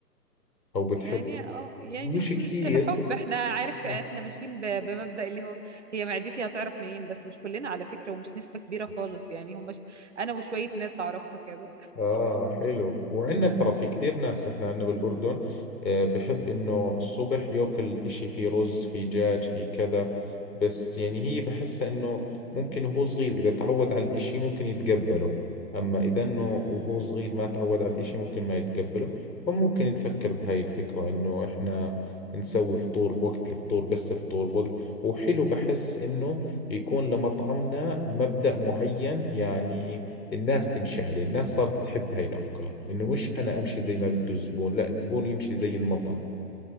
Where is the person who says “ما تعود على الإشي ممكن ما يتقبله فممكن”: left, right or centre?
Left